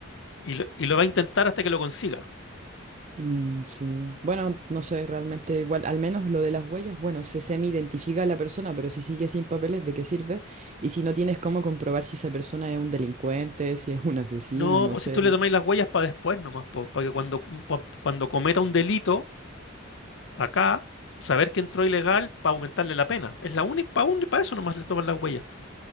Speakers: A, on the left; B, on the right.
A: y lo, y lo va a intentar hasta que lo consiga.
B: Mm, sí. Bueno, no sé, realmente igual, al menos lo de las huellas, bueno, se semi-identifica a la persona, pero si sigue sin papeles, ¿de qué sirve? Y si no tienes cómo comprobar si esa persona es un delincuente, si es un asesino,
A: No,
B: no
A: pues
B: sé,
A: si tú le
B: ¿no?
A: tomáis las huellas para después nomás, pues, para que cuando, pa- cuando cometa un delito acá, saber que entró ilegal para aumentarle la pena. Es la única, para para eso nomás le toman las huellas.